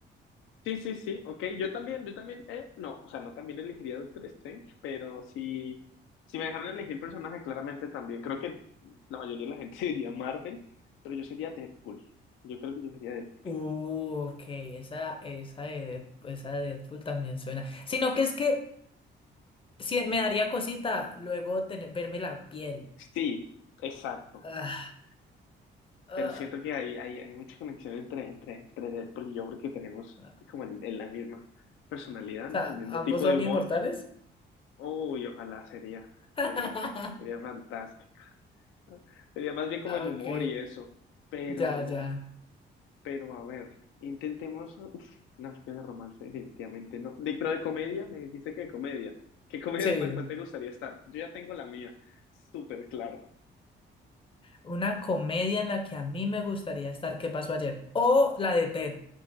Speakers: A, on the left; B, on the left.
A: Sí, sí, sí, ok. Yo también, yo también, eh, no, o sea, no también elegiría Doctor Strange, pero si, si me dejaran elegir personaje, claramente también. Creo que la mayoría de la gente <laughs> diría Marvel, pero yo sería Deadpool. Yo creo que yo sería Deadpool.
B: Uh, ok, esa, esa de Deadpool, esa de Deadpool también suena. Sino que es que si me daría cosita luego tener, verme la piel.
A: Sí, exacto.
B: Ah, ah,
A: Pero siento que hay, hay, hay mucha conexión entre, entre, entre Deadpool y yo porque tenemos
B: ah.
A: como el, el- la misma personalidad,
B: O
A: ¿no?
B: sea,
A: El mismo
B: ambos
A: tipo
B: son
A: de humor.
B: inmortales.
A: Uy, ojalá sería,
B: <laughs>
A: sería, sería fantástico. ¿no? Sería más bien como
B: Ok,
A: el humor y eso. Pero,
B: ya, ya.
A: Pero a ver, intentemos. Uf, no, es que de romance definitivamente no. De, pero de comedia, me dijiste que de comedia. ¿Qué comedia,
B: Sí,
A: cuál, cuál te gustaría estar? Yo ya tengo la mía, súper claro.
B: una comedia en la que a mí me gustaría estar, ¿Qué pasó ayer? O la de Ted,